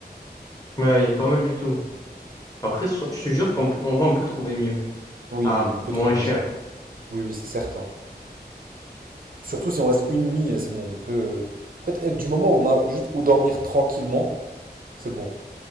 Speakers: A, on the left (about 20°); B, on the right (about 55°).
A: Ouais, il est pas mal du tout. Après, so- je te jure qu'en en vrai, on peut trouver mieux.
B: Oui,
A: À
B: oui, oui, on peut
A: moins
B: trouver
A: cher.
B: moins cher. Oui, oui, c'est certain. Surtout si on reste une nuit, euh, c'est bon, on peut... euh, En fait, eh, du moment où on a juste où dormir tranquillement, c'est bon.